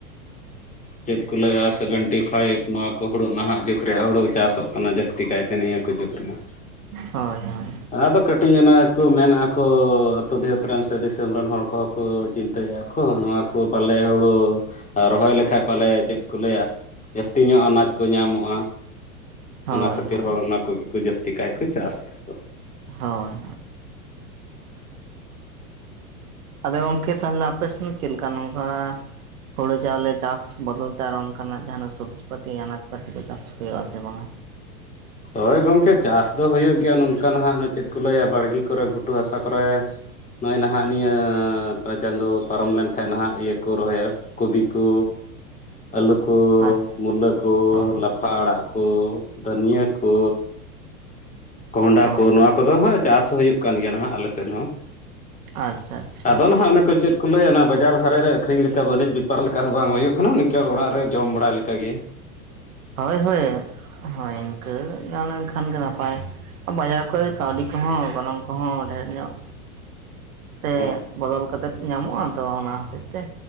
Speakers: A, on the left (about 15°); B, on the right (about 65°).
A: ᱪᱮᱫ ᱠᱚ ᱞᱟᱹᱭ-ᱟ, ᱥᱮᱵᱷᱮᱱᱴᱤ ᱯᱷᱟᱭᱤᱵᱽ ᱱᱚᱣᱟ ᱠᱚ ᱦᱩᱲᱩ ᱱᱟᱦᱟᱜ ᱡᱩᱜᱽ ᱨᱮᱭᱟᱜ ᱦᱩᱲᱩ ᱪᱟᱥᱚᱜ ᱠᱟᱱᱟ ᱡᱟᱹᱥᱛᱤ ᱠᱟᱭᱛᱮ ᱱᱤᱭᱟᱹ ᱠᱚ ᱡᱩᱜᱽ ᱨᱮᱱᱟᱜ᱾
B: ᱦᱳᱭ ᱦᱳᱭ
A: ᱟᱫᱚ ᱠᱟᱹᱴᱤᱡ ᱚᱱᱟ ᱠᱚ ᱢᱮᱱᱟ ᱠᱚ ᱟᱹᱛᱩ ᱫᱤᱦᱟᱹᱛ ᱨᱮᱱ ᱥᱮ ᱫᱤᱥᱚᱢ ᱨᱮᱱ ᱦᱚᱲ ᱠᱚᱦᱚᱸ ᱠᱚ ᱪᱤᱱᱛᱟᱹᱭᱮᱜ ᱟᱠᱚ ᱱᱚᱣᱟ ᱠᱚ ᱯᱟᱞᱮ ᱦᱩᱲᱩ ᱨᱚᱦᱚᱭ ᱞᱮᱠᱷᱟᱡ ᱯᱟᱞᱮ ᱪᱮᱫ ᱠᱚ ᱞᱟᱹᱭᱟ᱾ ᱡᱟᱹᱥᱛᱤ ᱧᱚᱜ ᱟᱱᱟᱡᱽ ᱠᱚ ᱧᱟᱢᱚᱜ-ᱟ᱾
B: ᱦᱳᱭ
A: ᱚᱱᱟ ᱠᱷᱟᱹᱛᱤᱨ
B: ᱦᱳᱭ
A: ᱦᱚᱲ ᱚᱱᱟ ᱠᱚᱜᱮ ᱠᱚ ᱡᱟᱹᱥᱛᱤ ᱠᱟᱭ ᱠᱚ ᱪᱟᱥᱮᱜ-ᱟ ᱠᱚ᱾
B: ᱦᱳᱭ ᱟᱫᱚ ᱜᱚᱝᱠᱮ ᱛᱟᱦᱚᱞᱮ ᱟᱯᱮᱥᱮᱫ ᱫᱚ ᱪᱮᱫᱠᱟ? ᱱᱚᱝᱠᱟ ᱦᱩᱲᱩ ᱪᱟᱣᱞᱮ ᱪᱟᱥ ᱵᱚᱫᱚᱞ ᱛᱮ ᱟᱨᱚ ᱚᱱᱠᱟᱱᱟᱜ ᱡᱟᱦᱟᱸᱱᱟᱜ ᱥᱚᱵᱽᱡᱤ ᱯᱟᱹᱛᱤ ᱟᱱᱟᱡᱽ ᱯᱟᱹᱛᱤ ᱠᱚ ᱪᱟᱥ ᱦᱩᱭᱩᱜ ᱟᱥᱮ ᱵᱟᱝᱟ?
A: ᱦᱳᱭ ᱜᱚᱢᱠᱮ ᱪᱟᱥ ᱫᱚ ᱦᱩᱭᱩᱜ ᱜᱮᱭᱟ᱾ ᱱᱚᱝᱠᱟ ᱦᱟᱸᱜ ᱚᱱᱟ ᱪᱮᱫ ᱠᱚ ᱞᱟᱹᱭᱟ ᱵᱟᱲᱜᱮ ᱠᱚᱨᱮ, ᱜᱷᱩᱴᱩ ᱦᱟᱥᱟ ᱠᱚᱨᱮ᱾ ᱱᱚᱜ-ᱚᱭ ᱱᱟᱦᱟᱜ ᱱᱤᱭᱟᱹ ᱚᱠᱟ ᱪᱟᱸᱫᱚ ᱯᱟᱨᱚᱢ ᱞᱮᱱᱠᱷᱟᱱ ᱱᱟᱦᱟᱜ ᱤᱭᱟᱹᱠᱚ ᱨᱚᱦᱚᱭᱟ᱾ ᱠᱚᱵᱤ ᱠᱚ, ᱟᱹᱞᱩ ᱠᱚ,
B: ᱟᱪᱪᱷᱟ
A: ᱢᱩᱞᱟᱹ ᱠᱚ,
B: ᱦᱳᱭ ᱦᱳᱭ
A: ᱞᱟᱯᱷᱟ ᱟᱲᱟᱜ ᱠᱚ, ᱫᱷᱟᱹᱱᱤᱭᱟᱹ ᱠᱚ, ᱠᱚᱦᱰᱟ
B: ᱦᱳᱭ
A: ᱠᱚ ᱱᱚᱣᱟ ᱠᱚᱫᱚ ᱦᱟᱸᱜ ᱪᱟᱥ ᱦᱩᱭᱩᱜ ᱠᱟᱱ ᱜᱮᱭᱟ ᱱᱟᱦᱟᱜ ᱟᱞᱮ ᱥᱮᱫ ᱦᱚᱸ᱾
B: ᱟᱪᱪᱷᱟ ᱟᱪᱪᱷᱟ
A: ᱟᱫᱚ ᱱᱟᱦᱟᱜ ᱚᱱᱮ ᱠᱚ ᱪᱮᱫ ᱠᱚ ᱞᱟᱹᱭᱟ ᱱᱟᱜ ᱵᱟᱡᱟᱨ ᱫᱷᱟᱨᱮ ᱨᱮ ᱟᱹᱠᱷᱨᱤᱧ ᱞᱮᱠᱟ ᱵᱟᱹᱱᱤᱡᱽ ᱵᱮᱯᱟᱨ ᱞᱮᱠᱟ ᱫᱚ ᱵᱟᱝ ᱦᱩᱭᱩᱜ ᱠᱟᱱᱟ, ᱱᱤᱝᱠᱟᱹ ᱚᱲᱟᱜ ᱨᱮ ᱡᱚᱢ ᱵᱟᱲᱟᱭ ᱞᱮᱠᱟ ᱜᱮ᱾
B: ᱦᱳᱭ ᱦᱳᱭ ᱦᱳᱭ ᱤᱱᱠᱟᱹ ᱜᱟᱱ ᱞᱮᱱᱠᱷᱟᱱ ᱜᱮ ᱱᱟᱯᱟᱭ᱾ ᱵᱟᱡᱟᱨ ᱠᱚᱨᱮ ᱠᱟᱣᱰᱤ ᱠᱚᱦᱚᱸ ᱜᱚᱱᱚᱝ ᱠᱚᱦᱚᱸ ᱰᱷᱮᱨ ᱧᱚᱜ ᱛᱮ
A: ᱦᱳᱭ
B: ᱵᱚᱫᱚᱞ ᱠᱟᱛᱮᱫ ᱧᱟᱢᱚᱜ-ᱟ ᱛᱚ ᱚᱱᱟ ᱦᱚᱛᱮᱫ ᱛᱮ᱾